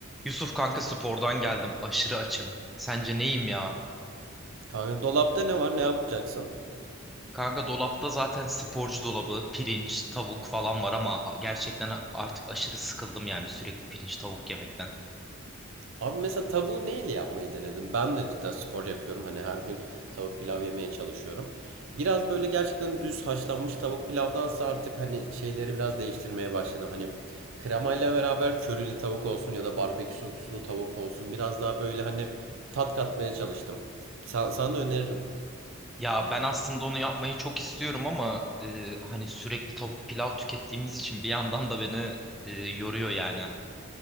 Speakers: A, in the centre; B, on the right.
A: Yusuf kanka spordan geldim. Aşırı açım. Sence neyim ya?
B: Kanka dolapta ne var? Ne yapacaksın?
A: Kanka dolapta zaten sporcu dolabı, pirinç, tavuk falan var ama a- gerçekten artık aşırı sıkıldım yani sürekli pirinç tavuk yemekten.
B: Abi mesela tavuğu neyle yapmayı denedim? Ben de cidden spor yapıyorum. Hani her gün tavuk pilav yemeye çalışıyorum. Biraz böyle gerçekten düz haşlanmış tavuk pilavdansa artık hani şeyleri biraz değiştirmeye başladım. Hani kremayla beraber körili tavuk olsun ya da barbekü soslu tavuk olsun. Biraz daha böyle hani tat katmaya çalıştım. Sa- sana da öneririm.
A: Ya ben aslında onu yapmayı çok istiyorum ama e, hani sürekli tavuk pilav tükettiğimiz için bir yandan da beni e, yoruyor yani.